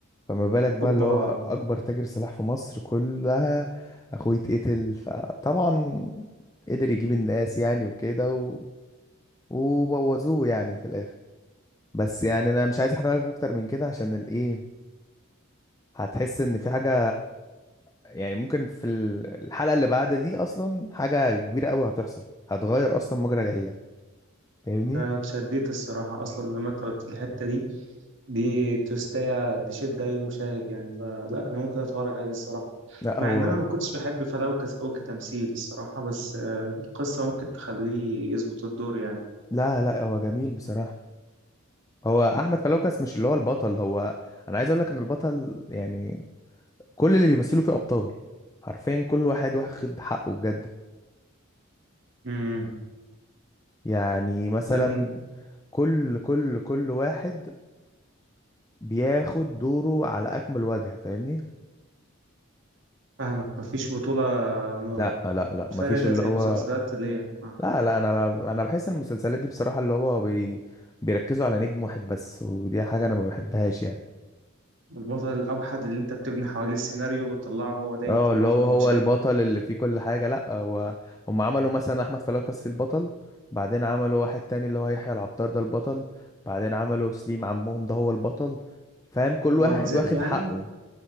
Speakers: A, on the left; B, on the right.
A: فما بالك بقى
B: اوبا
A: اللي هو اكبر تاجر سلاح في مصر كلها اخوه يتقتل فطبعا قدر يجيب الناس يعني وكده و... وبوظوه يعني في الاخر بس يعني انا مش عايز احرقك اكتر من كده عشان الايه هتحس ان في حاجه يعني ممكن في ال- الحلقه اللي بعد دي اصلا حاجه كبيره قوي هتحصل هتغير اصلا مجرى العيله فاهمني
B: ده انا اتشديت الصراحة اصلا لما انت قلت لي الحتة دي دي تستاهل تشد اي مشاهد يعني فلا انا ممكن اتفرج عليه الصراحة
A: لا
B: مع
A: هو
B: ان انا ما كنتش بحب فلوكس او كتمثيل الصراحة بس قصة ممكن تخليه يظبط الدور يعني
A: لا لا هو جميل بصراحه هو احمد فلوكس مش اللي هو البطل هو انا عايز اقول لك ان البطل يعني كل اللي بيمثلوا فيه ابطال حرفيا كل واحد واخد حقه بجد
B: امم
A: يعني مثلا
B: ده من
A: كل كل كل واحد بياخد دوره على اكمل وجه فاهمني
B: فاهمك مفيش بطولة م-
A: لا لا لا
B: متفردة
A: مفيش اللي
B: زي
A: هو
B: مسلسلات اللي هي آه،
A: لا لا انا انا بحس ان المسلسلات دي بصراحة اللي هو بي... بيركزوا على نجم واحد بس ودي حاجة انا ما بحبهاش يعني
B: البطل الأوحد اللي أنت بتبني حواليه السيناريو بتطلعه هو دايما
A: اه
B: في
A: اللي
B: معظم
A: هو
B: المشاهد
A: هو البطل اللي فيه كل حاجة لا هو هم عملوا مثلا احمد فلوكس في البطل بعدين عملوا واحد تاني اللي هو يحيى العطار ده البطل بعدين عملوا سليم عمهم ده هو البطل فاهم كل
B: وأجزاء
A: واحد واخد
B: يعني
A: حقه